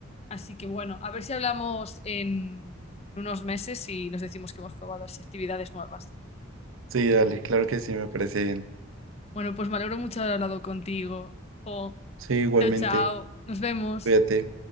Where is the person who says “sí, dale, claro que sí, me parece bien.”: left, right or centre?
Right